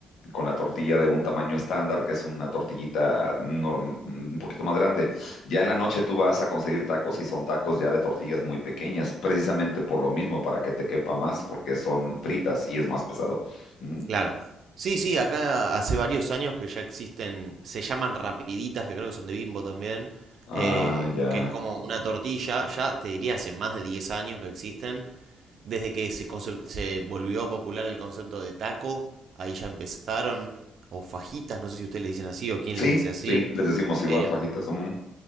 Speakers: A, on the left; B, on the right.
A: con la tortilla de un tamaño estándar, que es una tortillita norm- un poquito más grande. Ya en la noche tú vas a conseguir tacos y son tacos ya de tortillas muy pequeñas, precisamente por lo mismo, para que te quepa más, porque son fritas y es más pesado. Ujú.
B: Claro. Sí, sí, acá hace varios años que ya existen, se llaman rapiditas, que creo que son de Bimbo también,
A: Ah,
B: eh,
A: ya.
B: que es como una tortilla, ya te diría hace más de 10 años que existen, desde que se, concep- se volvió popular el concepto de taco, ahí ya empezaron, o fajitas, no sé si ustedes le dicen así o quién
A: Sí,
B: le dice así.
A: sí, les decimos igual,
B: eh,
A: fajitas. ujú.